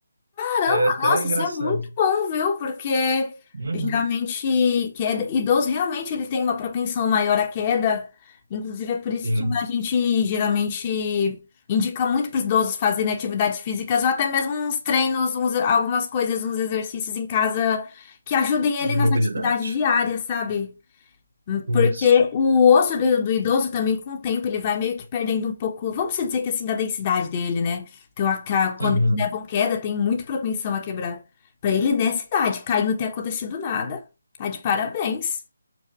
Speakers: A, on the left (about 25°); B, on the right (about 60°).
A: Caramba,
B: É até
A: nossa,
B: engraçado.
A: isso é muito bom, viu? Porque
B: Uhum.
A: geralmente queda, idoso realmente ele tem uma propensão maior à queda. Inclusive é por isso
B: Sim,
A: que a gente geralmente indica muito para os idosos fazerem atividades físicas ou até mesmo uns treinos, uns, algumas coisas, uns exercícios em casa que ajudem ele
B: de
A: nas
B: mobilidade.
A: atividades diárias, sabe? Porque
B: Isso.
A: o osso do, do idoso também, com o tempo, ele vai meio que perdendo um pouco, vamos dizer que assim, da densidade dele, né? Então, a, ca- quando
B: Uhum.
A: eles levam queda, tem muito propensão a quebrar. Pra ele, nessa idade, cair e não ter acontecido nada, tá de parabéns.